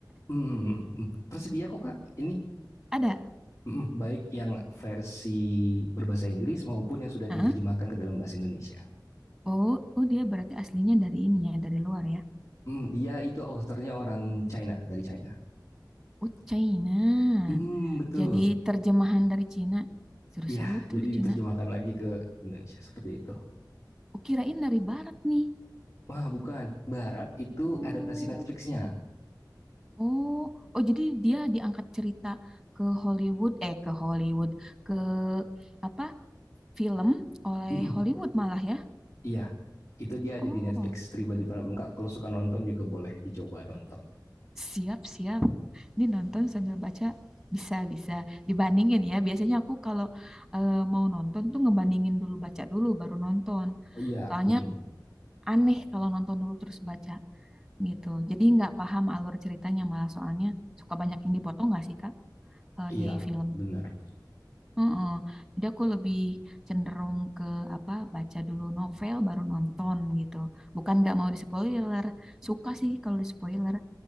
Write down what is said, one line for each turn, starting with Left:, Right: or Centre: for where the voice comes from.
Left: Hmm, hmm. tersedia kok kak ini
Centre: <laughs> Ada.
Left: Hmm, baik yang versi berbahasa Inggris maupun yang sudah diterjemahkan
Centre: Heeh.
Left: ke dalam bahasa Indonesia.
Centre: Oh, oh dia berarti aslinya dari ini ya, dari luar ya.
Left: Hmm, dia itu authornya orang China dari China.
Centre: Oh, China.
Left: Hmm, betul.
Centre: Jadi terjemahan dari Cina. Seru-seru
Left: Iya,
Centre: tuh
Left: jadi
Centre: Cina.
Left: diterjemahkan lagi ke Indonesia seperti itu.
Centre: Oh, kirain dari barat nih.
Left: Wah, bukan. Barat itu
Centre: Oh,
Left: adaptasi Netflix-nya.
Centre: Oh, oh jadi dia diangkat cerita ke Hollywood, eh ke Hollywood, ke apa? Film oleh
Left: Mm-mm,
Centre: Hollywood malah ya.
Left: Iya, itu dia
Centre: Oh,
Left: ada di Netflix Tribadi Prabun Kak. Kalau suka nonton juga boleh dicoba nonton.
Centre: siap-siap. Ini nonton sambil baca bisa-bisa dibandingin ya. Biasanya aku kalau eh, mau nonton tuh ngebandingin dulu baca dulu baru nonton.
Left: Oh iya,
Centre: Soalnya
Left: mm-mm.
Centre: aneh kalau nonton dulu terus baca gitu. Jadi nggak paham alur ceritanya malah soalnya suka banyak yang dipotong nggak sih Kak eh,
Left: iya,
Centre: di film?
Left: benar.
Centre: Heeh. Jadi aku lebih cenderung ke apa baca dulu novel baru nonton gitu. Bukan nggak mau di spoiler, suka sih kalau di spoiler,